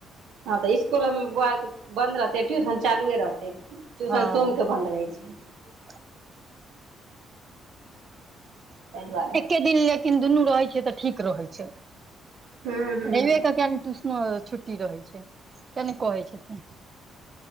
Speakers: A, on the right (about 80°); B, on the right (about 35°).
A: हँ तऽ इ स्कूल बौआ के बन्द रहते, ट्यूशन चालुए रहते, ट्यूशन
B: हँ
A: सोम के बंन्द रहे छै।
B: <inaudible>
A: एहि दुआरे
B: एके दिन ले लेकिन दुनू रहै छै तऽ ठीक रहै छै,
A: हूँ हूँ
B: रइबे के ट्यूशन छुट्टी रहै छै, ते ने कहै छथिन।